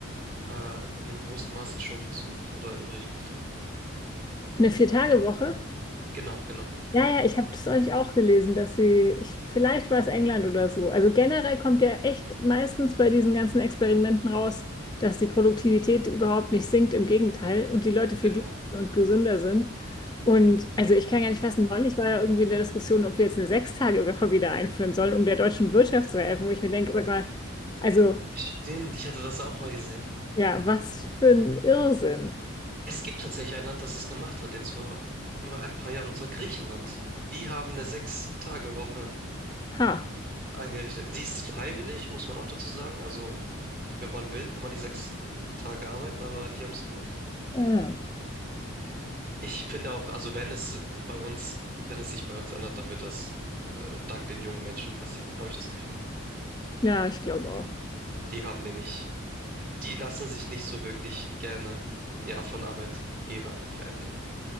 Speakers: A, on the right (about 45°); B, on the left (about 20°).
A: äh, in einem großen Maße schon versucht oder irre ich mich da?
B: Eine Vier-Tage-Woche?
A: Genau, genau,
B: Ja, ja, ich habe das euch auch gelesen, dass sie, ich, vielleicht war es England oder so. Also generell kommt ja echt meistens bei diesen ganzen Experimenten raus, dass die Produktivität überhaupt nicht sinkt, im Gegenteil, und die Leute viel
A: genau.
B: glücklicher und gesünder sind. Und also ich kann gar nicht fassen, neulich war ja irgendwie in der Diskussion, ob wir jetzt eine Sechstagewoche wieder einführen sollen, um der deutschen Wirtschaft zu helfen, wo ich mir denke, sag mal, also
A: Stimmt, ich hatte das auch mal gesehen.
B: Ja, was für ein Irrsinn.
A: Es gibt tatsächlich ein Land, das es gemacht hat, jetzt vor äh, ein paar Jahren, und zwar Griechenland. Die haben eine Sechs-Tage-Woche
B: Ha.
A: eingerichtet. Die ist freiwillig, muss man auch dazu sagen. Also, wenn man will, kann man die sechs Tage arbeiten, aber die haben es gemacht.
B: Ja.
A: Ich finde auch, also wenn es bei uns, wenn es sich bei uns ändert, dann wird das äh, dank den jungen Menschen passieren, habe ich das Gefühl.
B: Ja, ich glaube auch.
A: Die haben nämlich, die lassen sich nicht so wirklich gerne, ja, von Arbeitgebern veräppeln.